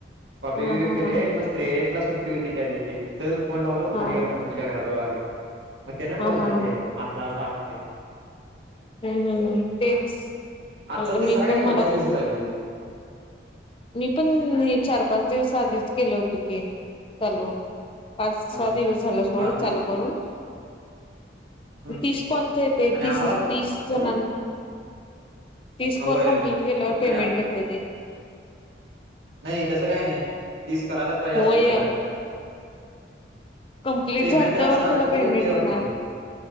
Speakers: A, on the right; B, on the left.
A: कॉफी
B: हा
A: बिफी
B: हा
A: पिले
B: हा
A: मग स््रे ला होती त्या दिवशी स फोन लावला
B: हा
A: खाली म्हण तझ्या घराात आले मग त्यानं
B: हा
A: बोलला
B: हा
A: आहे
B: हा
A: असं असं असते
B: हम्म हम् हम् तेच
A: आजचा
B: मला
A: तिसरा
B: मी
A: काय
B: पण
A: चौथा
B: मला
A: दिवसच
B: पण
A: आहे बघ ह्यो
B: मी पण हे चार पाच दिवस आधीच केलं होत की चालू. पाच सहा
A: हा
B: दिवस झाला सोड
A: हा तेच
B: चालू करून.
A: हम्म
B: तीस कॉलच येते.
A: आणि
B: तीस
A: आम्हाला
B: <unintelligible> तीस कॉल
A: होय
B: कम्प्लीट केल्यावर पेमेंट
A: आणि
B: येते ते.
A: नाही तसं काय नाही तीस करायलाच पाहिजे
B: होय
A: असं कुठं काय.
B: कंप्लीट
A: पेमेंट
B: झाल्यावर
A: असं आधी
B: तुला
A: मधी
B: पेमेंट
A: येत वाटते
B: येणार.
A: की